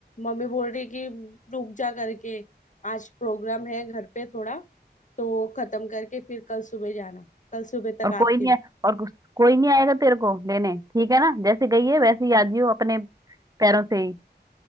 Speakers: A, on the left; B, on the right.
A: मम्मी बोल रही है कि रुक जा करके आज प्रोग्राम है घर पे थोड़ा तो खत्म करके फिर कल सुबह जाना कल सुबह तक
B: और कोई
A: आती
B: नहीं
A: हूँ
B: आ- और कुछ- कोई नहीं आएगा तेरे को लेने ठीक है ना जैसे गई है वैसे ही आ जियो अपने पैरों से ही